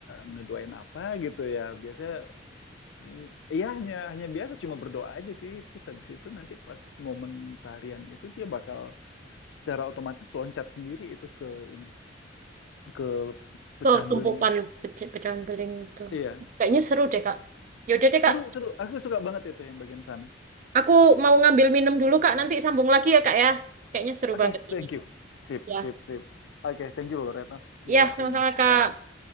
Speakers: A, on the left (about 75°); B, on the right (about 45°).
A: ngedoain apa gitu ya biasanya mm, iya hanya hanya biasa cuma berdoa aja sih terus habis itu nanti pas momen tarian itu dia bakal secara otomatis loncat sendiri itu ke ini ke pecahan
B: Tuh, tumpukan
A: beling itu
B: pece- pecahan beling itu.
A: iya
B: Kayaknya seru deh, Kak. yaudah deh,
A: seru
B: Kak.
A: seru aku suka banget itu yang bagian sana
B: Aku mau ngambil minum dulu, Kak. Nanti sambung lagi ya, Kak ya. Kayaknya seru
A: Oke,
B: banget
A: thank
B: ini.
A: you. Sip,
B: Ya.
A: sip, sip. Oke, thank you loh Retno
B: Ya,
A: untuk waktunya.
B: sama-sama, Kak.
A: Bye.